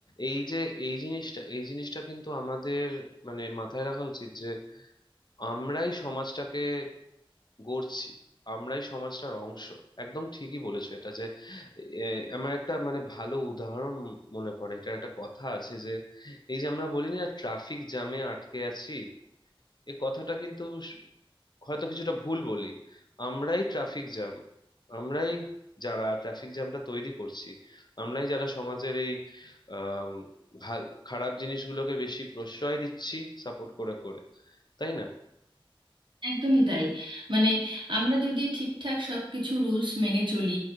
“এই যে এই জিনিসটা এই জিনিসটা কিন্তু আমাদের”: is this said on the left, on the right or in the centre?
Left